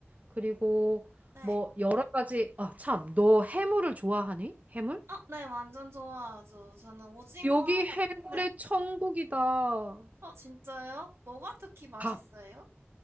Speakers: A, on the right; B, on the right.
A: 그리고
B: 네.
A: 뭐 여러 가지, 아, 참, 너 해물을 좋아하니? 해물?
B: 어, 네, 완전 좋아하죠. 저는 오징어,
A: 여기 해물의
B: 네.
A: 천국이다.
B: 어, 진짜요? 뭐가 특히 맛있어요?
A: 다